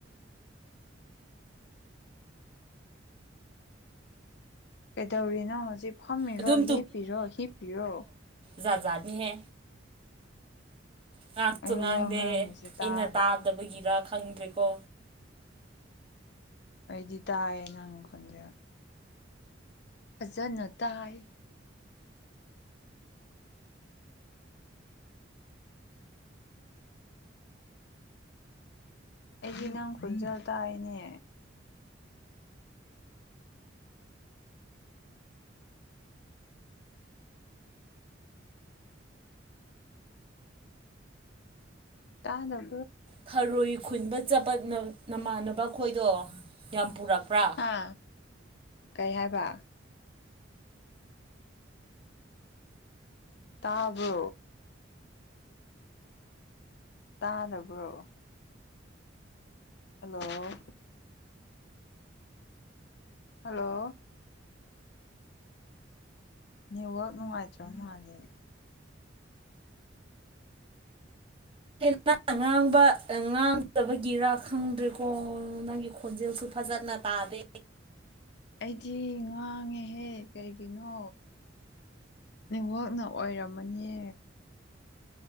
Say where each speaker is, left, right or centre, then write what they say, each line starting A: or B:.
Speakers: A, on the left (about 60°); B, on the right (about 30°).
A: ꯀꯩꯗꯧꯔꯤꯅꯣ ꯍꯧꯖꯤꯛ ꯐꯝꯃꯤꯔꯣ
B: ꯑꯗꯨꯝ
A: ꯂꯦꯞꯄꯤꯔꯣ ꯍꯤꯞꯄꯤꯔꯣ
B: ꯖꯥꯖꯥꯅꯤ ꯍ ꯉꯥꯡꯁꯨ
A: ꯑꯩ
B: ꯉꯥꯡꯗꯦ
A: ꯋꯥ ꯉꯥꯡꯉꯤꯁꯦ
B: ꯑꯩꯅ
A: ꯇꯥꯗꯕ꯭ꯔꯣ
B: ꯇꯥꯗꯕꯒꯤꯔ ꯈꯪꯗ꯭ꯔꯦꯀꯣ
A: ꯑꯩꯗꯤ ꯇꯥꯏꯌꯦ ꯅꯪꯈꯣꯟꯁꯦ ꯐꯖꯅ ꯇꯥꯏ ꯑꯩꯒꯤ ꯅꯪ ꯈꯣꯟꯖꯦꯜ ꯇꯥꯏꯅꯦ ꯇꯥꯗꯝ
B: ꯈꯔꯣꯏ ꯈꯨꯟꯕ ꯆꯠꯄ ꯅꯃꯥꯟꯅꯕ ꯑꯩꯈꯣꯏꯗꯣ ꯌꯥꯝ ꯄꯨꯔꯛꯄ꯭ꯔꯥ
A: ꯍꯥ ꯀꯩ ꯍꯥꯏꯕ ꯇꯥꯕꯣ ꯇꯥꯗꯕ꯭ꯔꯣ ꯍꯜꯂꯣ ꯍꯜꯂꯣ ꯅꯦꯠꯋꯥꯛ ꯅꯨꯡꯉꯥꯏꯇ꯭ꯔꯣ ꯃꯥꯉꯂꯦ
B: ꯍ ꯅꯪ ꯉꯥꯡꯕ ꯉꯥꯡꯗꯕꯒꯤꯔꯥ ꯈꯪꯗ꯭ꯔꯦꯀꯣ ꯅꯪꯒꯤ ꯈꯣꯟꯖꯦꯜꯁꯨ ꯐꯖꯅ ꯇꯥꯗ
A: ꯑꯩꯗꯤ ꯉꯥꯡꯉꯦꯍꯦ ꯀꯩꯒꯤꯅꯣ ꯋꯥꯛꯅ ꯑꯣꯏꯔꯝꯃꯅꯦ